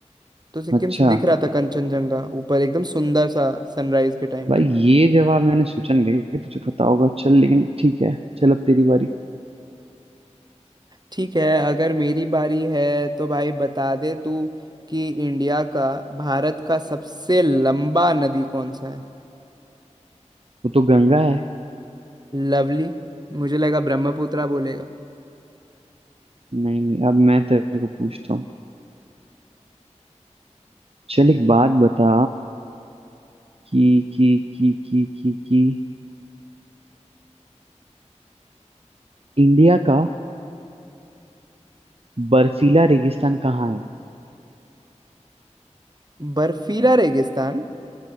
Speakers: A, on the right; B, on the right.
A: तो सिक्किम
B: अच्छा
A: से दिख रहा था कंचनजंगा ऊपर एकदम सुंदर सा सनराइज के टाइम
B: भाई
A: पे
B: ये जवाब मैंने सोचा नहीं था कि तुझे पता होगा चल लेकिन ठीक है चल अब तेरी बारी
A: ठीक है अगर मेरी बारी है तो भाई बता दे तू कि इंडिया का भारत का सबसे लंबा नदी कौन सा है
B: वो तो गंगा है
A: लवली मुझे लगा ब्रह्मपुत्रा बोलेगा
B: नहीं नहीं अब मैं तेरे को पूछता हूँ चल एक बात बता कि कि कि कि कि कि इंडिया का बर्फीला रेगिस्तान कहाँ है
A: बर्फीला रेगिस्तान